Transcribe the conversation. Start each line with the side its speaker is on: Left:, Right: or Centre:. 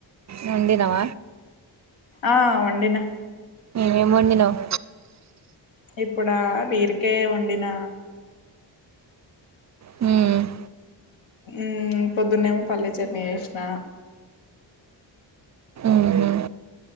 Right: వండినవ
Left: ఆ వండినా
Right: ఏమేమి వండినావు
Left: ఇప్పుడా బీరకాయ్ వండిన
Right: ఉమ్
Left: ఉమ్ పోద్దునే పల్లి చెక్ని చేసిన
Right: మ్మ్